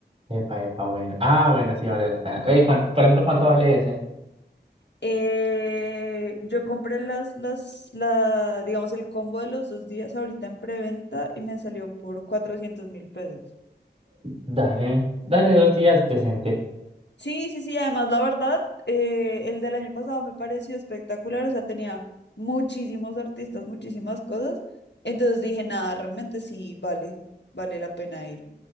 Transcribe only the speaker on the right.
Epa, epa, bueno. Ah, bueno, sí vale la pena. Ey, ¿cuán- por ejemplo, ¿cuánto vale ese?
Dale, dale dos días decente.